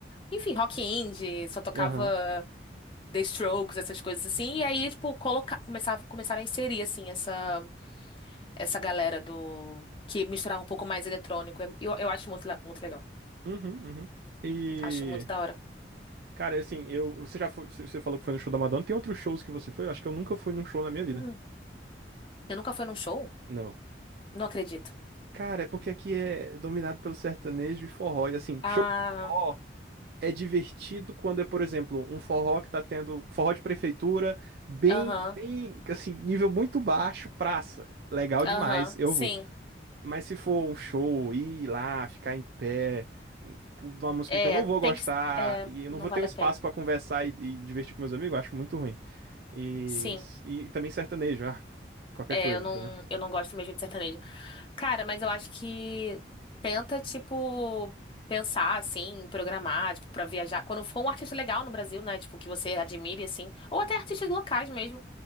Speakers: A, on the left; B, on the right.
A: enfim, rock indie, só tocava
B: aham.
A: The Strokes, essas coisas assim. E aí, tipo, colocar, começava, começaram a inserir, assim, essa, essa galera do... Que misturava um pouco mais eletrônico. Eu, eu acho muito, le- muito legal.
B: Uhum, uhum. E
A: Acho muito da hora.
B: Cara, é assim, eu, você já foi, você você falou que foi no show da Madonna. Tem outros shows que você foi? Eu acho que eu nunca fui num show na minha vida.
A: Hum. Você nunca foi num show?
B: Não.
A: Não acredito.
B: Cara, é porque aqui é dominado pelo sertanejo e forró. E assim,
A: Ah,
B: show de forró é divertido quando é, por exemplo, um forró que tá tendo forró de prefeitura, bem,
A: aham,
B: bem, assim, nível muito baixo, praça. Legal
A: aham,
B: demais, eu
A: sim.
B: vou. Mas se for um show, ir lá, ficar em pé, hum, de uma música
A: É,
B: que eu não vou gostar,
A: tem que... É,
B: e eu
A: não
B: não vou
A: vale
B: ter um espaço
A: a pena.
B: pra conversar e, e me divertir com meus amigos, eu acho muito ruim. E,
A: Sim.
B: e, e também sertanejo, ah, qualquer
A: É,
B: coisa,
A: eu não,
B: entendeu?
A: eu não gosto mesmo de sertanejo. Cara, mas eu acho que tenta, tipo, pensar, assim, programar, tipo, pra viajar. Quando for um artista legal no Brasil, né? Tipo, que você admire, assim. Ou até artistas locais mesmo.